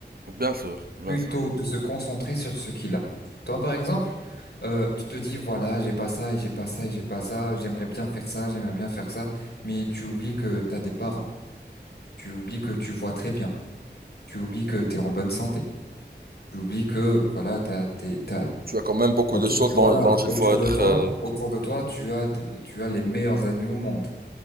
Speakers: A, on the right; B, on the left.
A: Bien sûr, bien
B: plutôt
A: sûr.
B: de se concentrer sur ce qu'il a. Toi, par exemple, euh, tu te dis voilà, j'ai pas ça et j'ai pas ça et j'ai pas ça. J'aimerais bien faire ça, j'aimerais bien faire ça, mais tu oublies que t'as des parents. Tu oublies que tu vois très bien. tu oublies que tu es en bonne santé. Tu oublies que voilà, t'as, t'es, t'as,
A: Tu as quand même beaucoup
B: autour,
A: de choses
B: voilà,
A: dont, dont il
B: autour
A: faut être.
B: de toi,
A: euh,
B: autour de toi, tu as, des- tu as les meilleurs amis au monde.